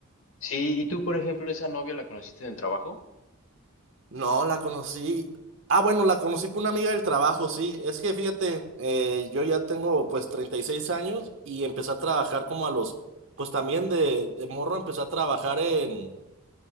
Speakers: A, on the left; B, on the right.
A: Sí, y tú, por ejemplo, esa novia la conociste en el trabajo.
B: No, la conocí. Ah, bueno, la conocí por una amiga del trabajo, sí. Es que fíjate, eh, yo ya tengo pues 36 años y empecé a trabajar como a los, pues también de, de morro empecé a trabajar en,